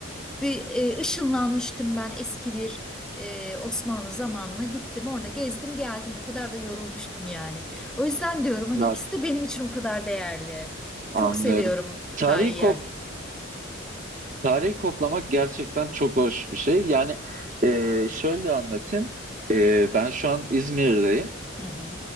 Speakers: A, in the centre; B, on the right.
A: bir e, ışınlanmıştım ben eski bir e, Osmanlı zamanına gittim orada gezdim geldim o kadar da yorulmuştum yani. O yüzden diyorum hani
B: Ya,
A: ikisi de benim için o kadar değerli.
B: anlıyorum.
A: Çok seviyorum
B: Tarihi
A: tarihi
B: ko-
A: yer.
B: Tarihi koklamak gerçekten çok hoş bir şey. Yani e, şöyle anlatayım. E, ben şu an İzmir'deyim.
A: Hı hı.